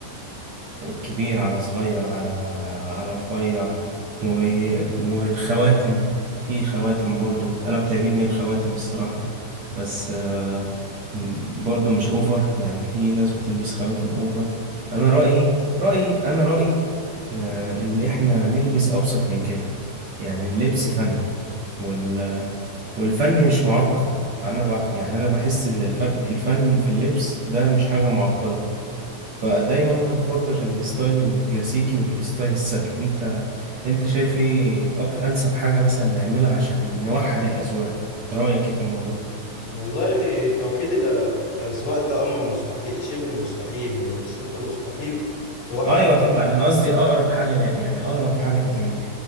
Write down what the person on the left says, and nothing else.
والله توحيد الأ- الأذواق ده أمر مستحيل شبه مستحيل يعني أصل أنت مستحيل توحد